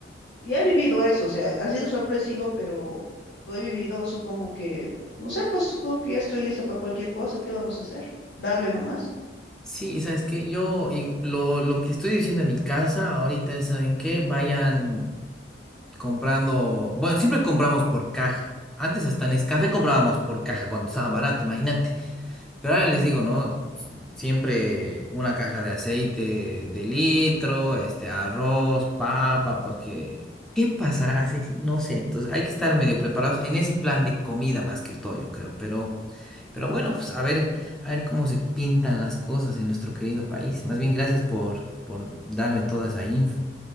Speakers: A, on the left (about 70°); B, in the centre.
A: y he vivido eso, o sea, ha sido sorpresivo, pero lo he vivido, supongo que, no sé, pues supongo que ya estoy lista para cualquier cosa, ¿qué vamos a hacer? Darle nomás.
B: Sí, ¿sabes qué? Yo y lo, lo que estoy diciendo en mi casa ahorita es, ¿saben qué? Vayan comprando, bueno, siempre compramos por caja. Antes hasta en Nescafé comprábamos por caja cuando estaba barato, imagínate. Pero ahora les digo, ¿no? Siempre una caja de aceite de litro, este, arroz, papa, porque ¿qué pasará? Sí, sí, no sé. Entonces hay que estar medio preparados en ese plan de comida más que todo, yo creo. Pero, pero bueno, pues a ver, a ver cómo se pintan las cosas en nuestro querido país. Más bien, gracias por, por darme toda esa info.